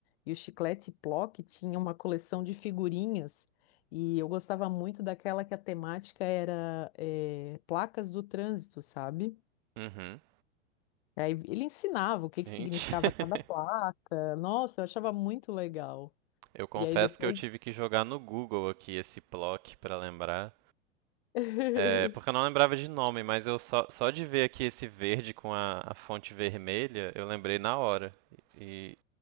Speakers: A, on the left (about 50°); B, on the right (about 40°).
A: E o chiclete Plock tinha uma coleção de figurinhas e eu gostava muito daquela que a temática era eh, placas do trânsito, sabe?
B: Uhum.
A: Aí ele ensinava o que
B: Gente,
A: que significava
B: <laughs>
A: cada placa. Nossa, eu achava muito legal.
B: eu confesso
A: E aí depois.
B: que eu tive que jogar no Google aqui esse Plock pra lembrar.
A: <laughs>
B: É, porque eu não lembrava de nome, mas eu só, só de ver aqui esse verde com a, a fonte vermelha, eu lembrei na hora. E